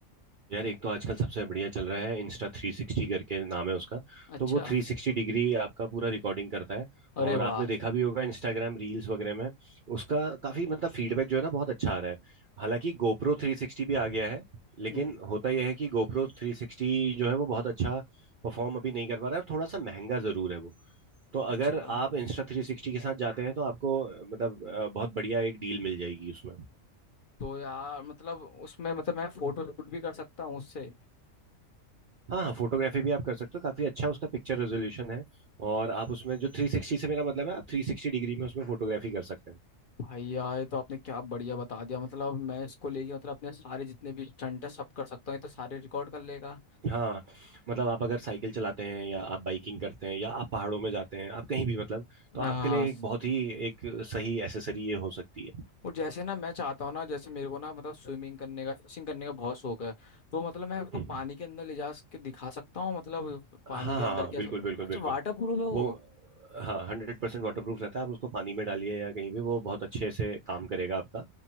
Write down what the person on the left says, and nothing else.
अच्छा
अरे
वाह
हम्म,
अच्छा
तो यार मतलब उसमें मतलब मैं फोटो शूट भी कर सकता हूँ उससे
भाई यार ये तो आपने क्या बढ़िया बता दिया मतलब मैं इसको लेके मतलब अपने सारे जितने भी स्टंट है सब कर सकता हूँ ये तो सारे रिकॉर्ड कर लेगा
आ,
स-
और जैसे ना मैं चाहता हूँ ना जैसे मेरे को ना मतलब स्विमिंग करने का फिशिंग करने का बहुत शौक है तो मतलब मैं उसको
पानी के अंदर ले जा के दिखा सकता हूँ मतलब
पानी के
अंदर
क्या
अच्छा
वाटर प्रूफ है वो